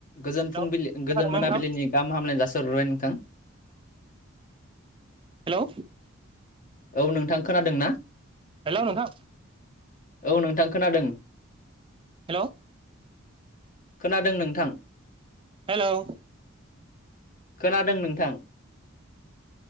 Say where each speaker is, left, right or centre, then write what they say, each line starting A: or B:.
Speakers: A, on the left; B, on the right.
A: गोजोन
B: हेलौ
A: फुंबिलि गोजोन मोनाबिलिनि
B: खोनादोंना नोंथां
A: गाहाम हामलायनाय जासिहरग्रोबाय नोंथां।
B: हेलौ
A: औ नोंथां खोनादों ना?
B: हेलौ नोंथां।
A: औ नोंथां खोनादों।
B: हेलौ
A: खोनादों नोंथां।
B: हेलौ
A: खोनादों नोंथां।